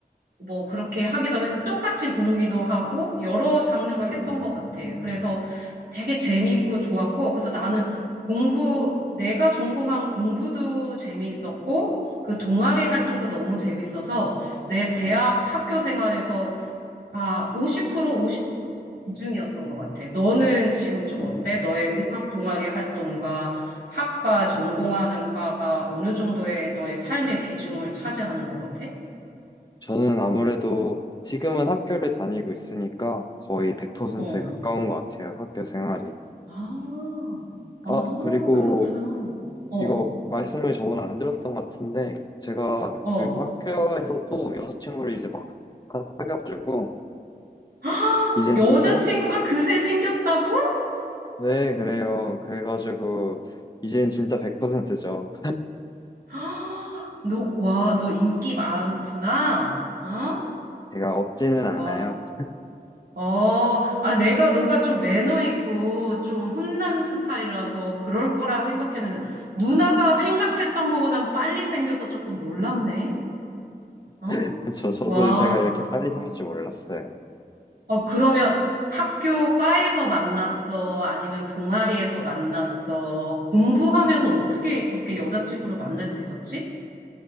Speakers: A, on the right (about 85°); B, on the left (about 25°).
A: 뭐 그렇게 하기도 해- 똑같이 부르기도 하고 여러 장르로
B: 음,
A: 했던 것 같아. 그래서 되게 재미있고 좋았고 그래서 나는 공부 내가 전공한 공부도 재미있었고 그 동아리 활동도 너무 재밌어서 내
B: 네.
A: 대학 학교 생활에서 아, 50% 50% 비중이었던 것 같아. 너는 지금 좀
B: 음.
A: 어때? 너의 음악 동아리 활동과 학과 전공하는 과가 어느 정도의 너의 삶의 비중을 차지하는 것 같아?
B: 저는 아무래도 지금은 학교를 다니고 있으니까 거의 100%에
A: 어.
B: 가까운 것 같아요, 학교 생활이.
A: 아, 아,
B: 아, 그리고
A: 그렇구나. 어,
B: 이거 말씀을 저번에 안 들었던 것 같은데, 제가
A: 어.
B: 그리고 학교에서 또 여자친구를 이제 막 사귀어가지고,
A: <gasps>
B: 이젠
A: 여자친구가
B: 진짜 학,
A: 그새 생겼다고?
B: 네, 그래요. 그래가지고, 이젠 진짜 100%죠.
A: <gasps> 아, 너, 와, 너 인기 많구나. 어?
B: 제가 없지는 않아요.
A: 와, 어, 아, 내가 너가 좀 매너 있고 좀 훈남 스타일이라서 그럴 거라 생각했는데 누나가 생각했던 것보단 빨리 생겨서 조금 놀랍네. 어?
B: <laughs> 그죠 저도
A: 와,
B: 제가 이렇게 빨리 생길 줄 몰랐어요.
A: 어, 그러면 학교 과에서 만났어? 아니면 동아리에서 만났어? 공부하면서 어떻게 그렇게 여자친구를 만날 수 있었지?